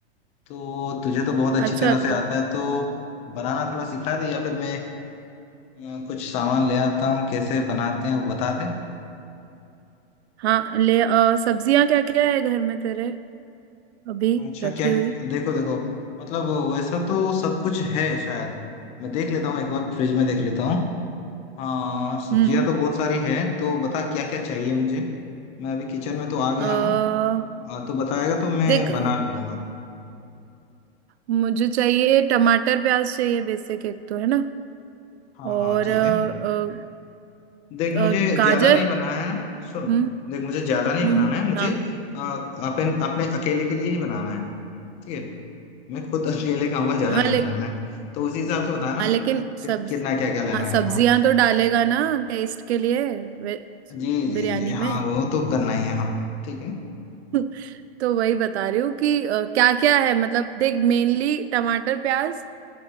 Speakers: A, on the left; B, on the right.
A: तो तुझे तो बहुत अच्छी
B: अच्छा
A: तरह से
B: तो
A: आता है तो बनाना थोड़ा सिखा दे या फिर मैं आ, कुछ सामान ले आता हूँ कैसे बनाते हैं वो बता दे
B: हाँ ले आ, सब्जियां क्या क्या है घर में तेरे अभी
A: अच्छा
B: रखी
A: क्या
B: हुई
A: देखो देखो मतलब वैसा तो सब कुछ है शायद मैं देख लेता हूँ एक बार फ्रिज में देख लेता हूँ हाँ सब्जियां
B: हम्म
A: तो बहुत सारी है तो बता क्या क्या चाहिए मुझे मैं अभी किचन में तो आ
B: आ,
A: गया हूँ आ, तो बताएगा तो मैं
B: देख
A: बना भी लूंगा
B: मुझे चाहिए टमाटर प्याज चाहिए बेसिक एक तो है ना
A: हाँ
B: और
A: हाँ ठीक
B: अ,
A: है देख
B: अ,
A: मुझे
B: अ, गाजर
A: ज्यादा नहीं बनाना है सुन
B: हम्म
A: देख मुझे ज्यादा नहीं
B: हम्म
A: बनाना है मुझे
B: हाँ
A: आ, अपन अपने अकेले के लिए ही बनाना है ठीक है मैं खुद अकेले खाऊंगा ज्यादा
B: हाँ
A: नहीं
B: ले
A: बनाना है तो उसी हिसाब से बताना
B: हाँ लेकिन
A: कि,
B: सब्ज
A: कितना क्या क्या लेना
B: हाँ सब्जियां
A: है हाँ
B: तो डालेगा ना टेस्ट के लिए वे-
A: जी जी
B: बिरयानी
A: जी
B: में
A: हाँ वो तो करना ही है हाँ ठीक है
B: <laughs> तो वही बता रही हूँ कि क्या क्या है मतलब देख मेनली टमाटर प्याज